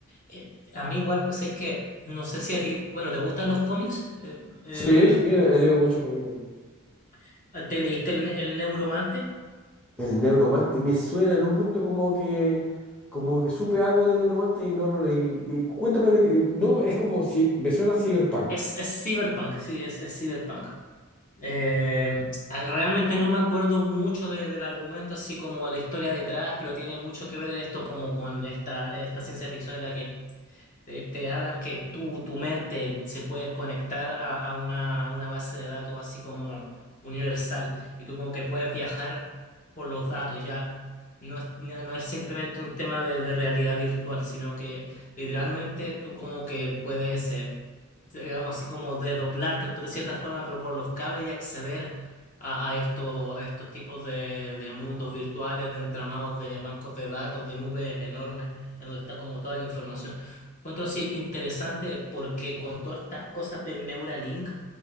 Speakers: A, on the left (about 35°); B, in the centre.
A: Eh, a mí igual, o es que no sé si a ti, bueno, ¿te gustan los cómics? Eh, eh,
B: Sí, sí, he leído muchos cómics
A: <clears throat> ¿te leíste el, Ne- el Neuromante?
B: El Neuromante, me suena en un momento como que, como que supe algo del Neuromante y no lo leí. Y- y Cuéntame de qué- no, es como si, me suena a Cyberpunk.
A: Es, es Cyberpunk, sí, es, es Cyberpunk. Eh, ah, realmente no me acuerdo mucho de- del argumento, así como de la historia detrás, pero tiene mucho que ver esto como con esta, esta ciencia ficción en la que te, te hablan que tú, tu mente se puede conectar a, a una, a una base de datos así como universal y tú como que puedes viajar por los datos, ya no es, no no es simplemente un tema de, de realidad virtual, sino que literalmente tú como que puedes, eh, digamos así como desdoblarte de cierta forma, pero por los cables y acceder a, a, esto- a estos tipos de, de mundos virtuales, de entramados de bancos de datos, de nubes enormes, en donde está como toda la información. Encuentro así interesante porque con todas estas cosas del Neuralink,